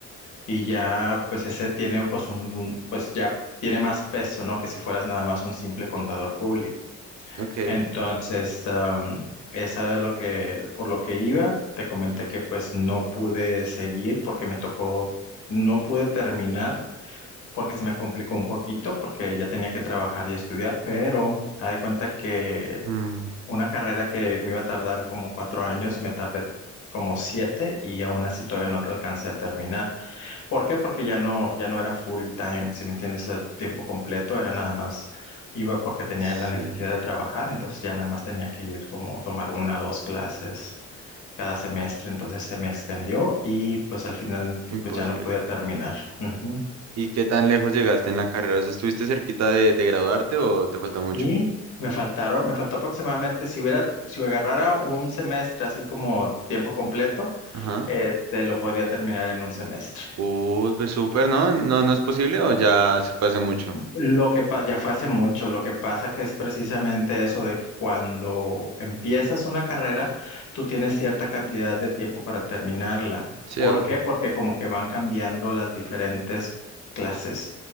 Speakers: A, on the left (about 75°); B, on the right (about 60°).
A: y ya pues ese tiene pues un, pues ya tiene más peso, ¿no? Que si fueras nada más un simple contador público.
B: ok.
A: Entonces, am, esa es lo que, por lo que iba, te comenté que pues no pude seguir porque me tocó, no pude terminar porque se me complicó un poquito porque ya tenía que trabajar y estudiar, pero haz de cuenta que
B: Mm,
A: una carrera que me iba a tardar como cuatro años, me tardé como siete y aún así todavía no alcancé a terminar. ¿Por qué? Porque ya no, ya no era full time, si me entiendes, a tiempo completo, era nada más, iba porque tenía
B: sí,
A: la necesidad de trabajar, entonces ya nada más tenía que ir como tomar una o dos clases cada semestre, entonces se me extendió y pues al final
B: imposible.
A: pues ya no pude terminar. Ujú.
B: ¿Y qué tan lejos llegaste en la carrera? O sea, ¿estuviste cerquita de, de graduarte o te faltó mucho?
A: Y me faltaron, me faltó aproximadamente, si hubiera, si agarrara un semestre así como tiempo completo,
B: Ajá.
A: este, lo podría terminar en un semestre.
B: Uy, pues súper, ¿no? ¿No, no es posible o ya se fue hace mucho?
A: Lo que pasa, ya fue hace mucho, lo que pasa que es precisamente eso de que cuando empiezas una carrera, tú tienes cierta cantidad de tiempo para terminarla.
B: Sí,
A: ¿Por
B: obvio.
A: qué? Porque como que van cambiando las diferentes clases